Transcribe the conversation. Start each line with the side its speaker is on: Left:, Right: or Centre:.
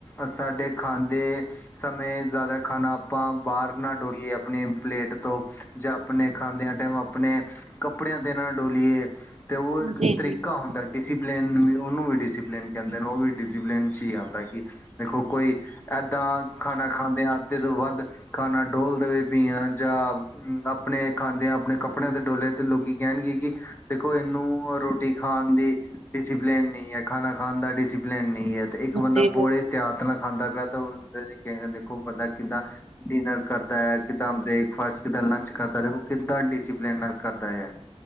Left: ਸਾਡੇ ਖਾਂਦੇ ਸਮੇਂ ਜ਼ਿਆਦਾ ਖਾਣਾ, ਆਪਾਂ ਬਾਹਰ ਨਾ ਡੋਲੀਏ ਆਪਣੀ ਪਲੇਟ ਤੋਂ ਜਾਂ ਆਪਣੇ, ਖਾਂਦਿਆਂ ਟਾਈਮ, ਆਪਣੇ ਕੱਪੜਿਆਂ ਤੇ ਨਾ ਡੋਲੀਏ ਅਤੇ ਉਹ ਇੱਕ
Right: ਜੀ
Left: ਤਰੀਕਾ
Right: ਜੀ,
Left: ਹੁੰਦਾ, ਡਿਸੀਪਲਿਨ ਵੀ ਉਹਨੂੰ ਵੀ ਡਿਸੀਪਲੀਨ ਕਹਿੰਦੇ ਨੇ, ਉਹ ਵੀ ਡਿਸਪਲਿਨ ਜੀ ਆਦਾ ਕਿ, ਦੇਖੋ ਕੋਈ ਏਦਾਂ ਖਾਣਾ ਖਾਂਦਿਆ ਆ ਜਦੋ ਵੱਧ, ਖਾਣਾ ਡੋਲ ਦੇਵੇ ਪੀਆ ਜਾਂ ਆਪਣੇ ਖਾਂਦਿਆਂ, ਆਪਣੇ ਕੱਪੇ ਕਪੜਿਆ, ਤੇ ਡੋਲੇ ਲੋਕੀ ਕਹਿਣਗੇ ਕਿ ਦੇਖੋ, ਇਹਨੂੰ ਰੋਟੀ ਖਾਣ ਦੀ ਡਿਸੀਪਲਨ ਨਹੀਂ ਹੈ। ਖਾਣਾ ਖਾਣ ਦਾ ਡਿਸੀਪਲਨ, ਨਹੀਂ ਹੈ। ਤੇ ਇੱਕ ਬੰਦਾ
Right: ਜੀ
Left: ਹੱਥ ਨਾਲ ਖਾਂਦਾ ਪਿਆ ਤੇ, ਉਹਦੇ ਦੇਖੋ ਬੰਦਾ ਕਿੱਦਾਂ ਡਿਨਰ ਕਰਦਾ ਹੈ। ਕਿੱਦਾਂ ਬ੍ਰੇਕਫਾਸਟ, ਕਿੱਦਾਂ ਲੰਚ, ਕਰਦਾ ਦੇਖੋ ਕਿੱਦਾਂ ਡਿਸੀਪਲਨ ਨਾਲ ਕਰਦਾ ਆ